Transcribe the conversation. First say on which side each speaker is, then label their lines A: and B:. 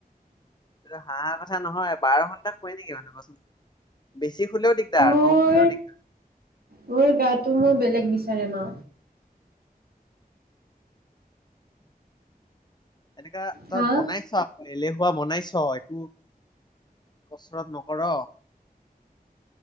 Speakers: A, on the left; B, on the right.
A: এটো হাঁহা কথা নহয় বাৰ ঘন্টা শুৱে নেকি মানুহ কোৱাচোন বেছি শুলেও দিগদাৰ
B: মোৰ
A: কম শুলেও দিগদাৰ
B: মোৰ গাটো মই বেলেগ বিচাৰে ন
A: এনেকা তই
B: হা
A: বনাইছ আকৌ এলেহু এনেকুৱা বনাইছ একো কচৰত নকৰ